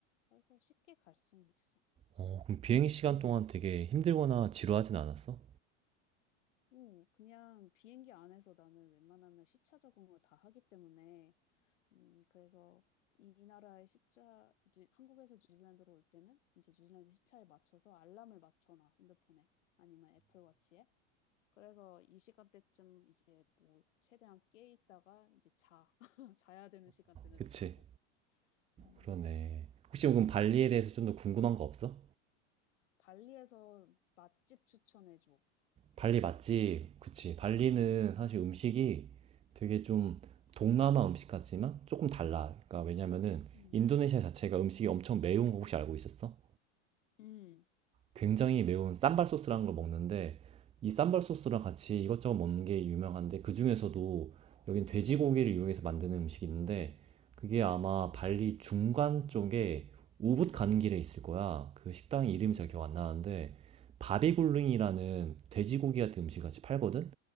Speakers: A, on the left; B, on the right.
A: 그래서 쉽게 갈 수는 있어.
B: 어, 그럼 비행 시간 동안 되게 힘들거나 지루하진 않았어?
A: 오, 그냥 비행기 안에서 나는 웬만하면 시차 적응을 다 하기 때문에 음, 그래서 이 나라의 시차, 뉴- 한국에서 뉴질랜드로 올 때는 이제 뉴질랜드 시차에 맞춰서 알람을 맞춰놔, 핸드폰에. 아니면 애플워치에. 그래서 이 시간대쯤 이제 뭐 최대한 깨 있다가 이제 자. <laughs> 자야 되는 시간대는
B: 그치.
A: 자고. 음,
B: 그러네. 혹시 그럼 발리에 대해서 좀 더 궁금한 거 없어?
A: 발리에서 맛집 추천해줘.
B: 발리 맛집, 그치. 발리는 사실 음식이 되게 좀 동남아 음식 같지만 조금 달라. 그러니까 왜냐면은
A: 음,
B: 인도네시아 자체가 음식이 엄청 매운 거 혹시 알고 있었어?
A: 음,
B: 굉장히 매운 쌈발 소스라는 걸 먹는데 이 쌈발 소스랑 같이 이것저것 먹는 게 유명한데 그 중에서도 여긴 돼지고기를 이용해서 만드는 음식이 있는데 그게 아마 발리 중간 쪽에 우붓 가는 길에 있을 거야. 그 식당 이름이
A: 음,
B: 잘 기억 안 나는데 바비굴링이라는 돼지고기 같은 음식 같이 팔거든.